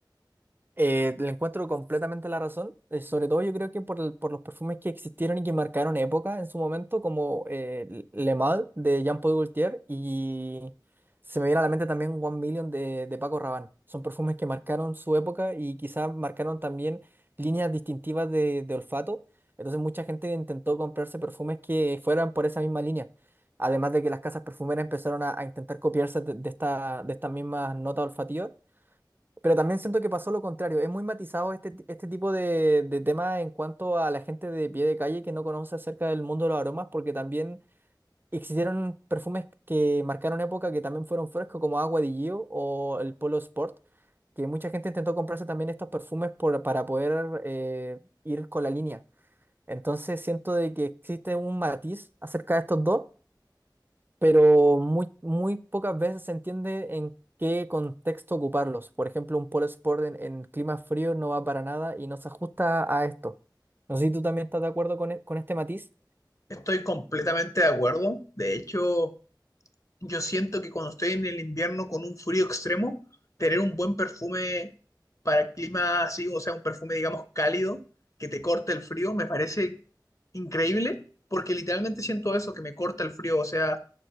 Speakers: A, on the right; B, on the left.
A: Eh, le encuentro completamente la razón, eh, sobre todo yo creo que por, el- por los perfumes que existieron y que marcaron época en su momento, como eh, Le Mal de Jean-Paul Gaultier y se me viene a la mente también One Million de, de Paco Rabanne. Son perfumes que marcaron su época y quizás marcaron también líneas distintivas de, de olfato. Entonces mucha gente intentó comprarse perfumes que fueran por esa misma línea. Además de que las casas perfumeras empezaron a, a intentar copiarse de, de esta, de estas mismas notas olfativas. Pero también siento que pasó lo contrario. Es muy matizado este, ti- este tipo de, de tema en cuanto a la gente de pie de calle que no conoce acerca del mundo de los aromas, porque también existieron perfumes que marcaron época que también fueron frescos, como Agua di Gio o el Polo Sport, que mucha gente intentó comprarse también estos perfumes por- para poder eh, ir con la línea. Entonces siento de que existe un matiz acerca de estos dos pero muy, muy pocas veces se entiende en qué contexto ocuparlos. Por ejemplo, un polo sport en, en clima frío no va para nada y no se ajusta a esto. No sé si tú también estás de acuerdo con, e- con este matiz.
B: Estoy completamente de acuerdo. De hecho, yo siento que cuando estoy en el invierno con un frío extremo, tener un buen perfume para clima así, o sea, un perfume, digamos, cálido, que te corte el frío, me parece increíble, porque literalmente siento eso, que me corta el frío, o sea,